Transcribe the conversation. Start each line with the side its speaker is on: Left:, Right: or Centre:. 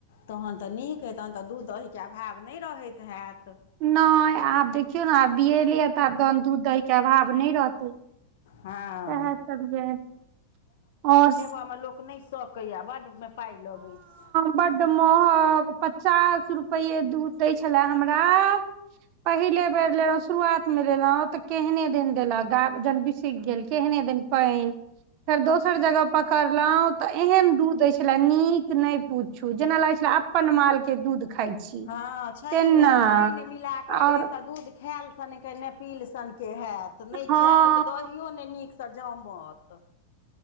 Left: तखन तऽ नीक हे तहन तऽ दूध दहीकके अभाव नहि रहैत हैत
Right: नहि आब देखियौ ने आ बिऐलय ह तऽ आब त दूध दही के अभाव नहि रहते
Left: हँ
Right: सह सब <inaudible> और
Left: म लोक नहि सकैए बड ओ मे पाइ लगैत छै
Right: बड महंग पचास रुपे दूध दै छले हमरा पहिले बेर लेलहुँ शुरुआत मे लेलहुँ तऽ केहने दिन देलक ग जन बिसक गेल केहने दिन पाइन फेर दोसर जगह पकड़लौं त एहन दुध ऐछ नीक नहि पूछू जेना लगै छलै अपन माल के दूध खाय छी
Left: हँ छैहे
Right: तेना
Left: पाइन मिला कऽ
Right: आओर
Left: दे तऽ दूध खायल सनके न पील सनके होैत नहि
Right: हँ
Left: खायल दहियो नहि नीक स जामत